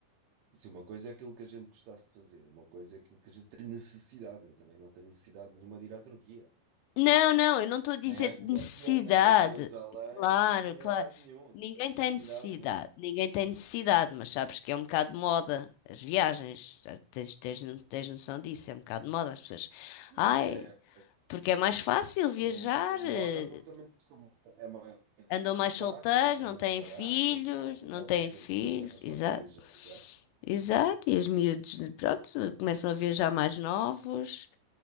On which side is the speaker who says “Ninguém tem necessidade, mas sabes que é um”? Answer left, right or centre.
Left